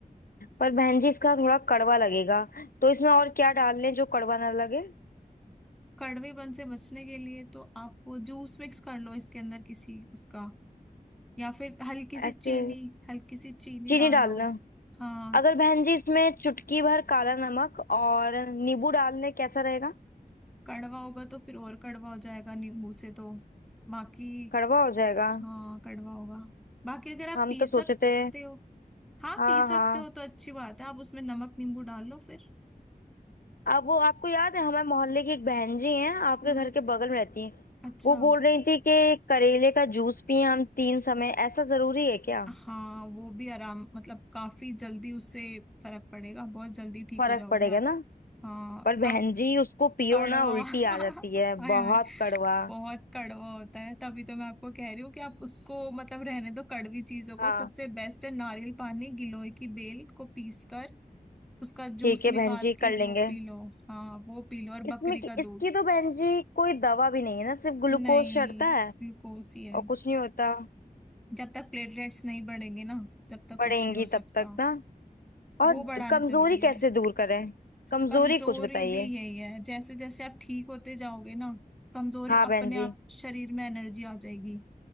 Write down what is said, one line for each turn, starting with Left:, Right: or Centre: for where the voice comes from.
Left: पर बहन जी इसका थोड़ा कड़वा लगेगा तो इसमें और क्या डाल लें जो कड़वा ना लगे
Centre: कड़वेपन से बचने के लिए तो आप वो जूस मिक्स कर लो इसके अंदर किसी उसका या फिर हल्की सी
Left: ऐसे
Centre: चीनी हल्की सी चीनी
Left: चीनी
Centre: डाल
Left: डालना
Centre: लो हाँ
Left: अगर बहन जी इसमें चुटकी भर काला नमक और नींबू डाल लें कैसा रहेगा
Centre: कड़वा होगा तो फिर और कड़वा हो जाएगा नींबू से तो बाकी
Left: कड़वा हो जाएगा
Centre: हाँ कड़वा होगा बाकी अगर
Left: हम
Centre: आप पी
Left: तो सोचे
Centre: सकते
Left: थे
Centre: हो हाँ
Left: हाँ
Centre: पी सकते
Left: हाँ
Centre: हो तो अच्छी बात है आप उसमें नमक नींबू डाल लो फिर
Left: अब वो आपको याद है हमारे मोहल्ले की एक बहन जी हैं आपके
Centre: हम्म
Left: घर के बगल में रहती हैं
Centre: अच्छा
Left: वो बोल रही थी कि करेले का जूस पिए हम तीन समय ऐसा जरूरी है क्या
Centre: हाँ वो भी आराम मतलब काफी जल्दी उससे फर्क पड़ेगा बहुत जल्दी ठीक
Left: फर्क
Centre: हो जाओगे
Left: पड़ेगा
Centre: आप
Left: ना
Centre: हाँ
Left: पर बहन
Centre: अब
Left: जी उसको पियो
Centre: कड़वा
Left: ना उल्टी
Centre: <laughs> हाय
Left: आ जाती है बहुत
Centre: हाय
Left: कड़वा
Centre: बहुत कड़वा होता है तभी तो मैं आपको कह रही हूँ कि आप उसको मतलब रहने दो कड़वी चीजों को
Left: हाँ
Centre: सबसे बेस्ट है नारियल पानी गिलोय की बेल को पीस कर उसका जूस
Left: ठीक है
Centre: निकाल
Left: बहन जी
Centre: के
Left: कर
Centre: वो
Left: लेंगे
Centre: पी लो हाँ वो पी लो और
Left: इसमें
Centre: बकरी
Left: कि-
Centre: का दूध
Left: इसकी तो बहन जी कोई दवा भी नहीं है ना सिर्फ ग्लूकोज
Centre: नहीं
Left: चढ़ता
Centre: ग्लूकोज
Left: है
Centre: ही है
Left: और कुछ नहीं होता
Centre: जब तक प्लेटलेट्स नहीं बढ़ेंगे ना तब तक
Left: बढ़ेंगी
Centre: कुछ नहीं हो
Left: तब
Centre: सकता
Left: तक ना और
Centre: वो बढ़ाना
Left: कमजोरी
Centre: जरूरी
Left: कैसे
Centre: है
Left: दूर करें कमजोरी
Centre: कमजोरी
Left: कुछ बताइए
Centre: भी यही है जैसे जैसे आप ठीक होते जाओगे ना कमजोरी
Left: हाँ बहन
Centre: अपने
Left: जी
Centre: आप शरीर में एनर्जी आ जाएगी